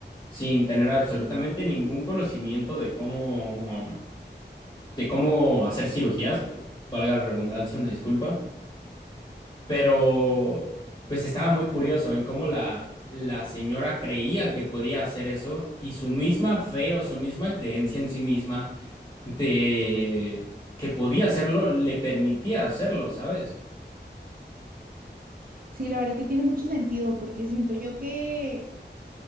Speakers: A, on the left; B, on the right.
A: sin tener absolutamente ningún conocimiento de cómo, de cómo hacer cirugías, valga la redundancia, una disculpa. Pero pues estaba muy curioso en cómo la, la señora creía que podía hacer eso y su misma fe o su misma creencia en sí misma de que podía hacerlo le permitía hacerlo, ¿sabes?
B: sí, la verdad que tiene mucho sentido, porque siento yo que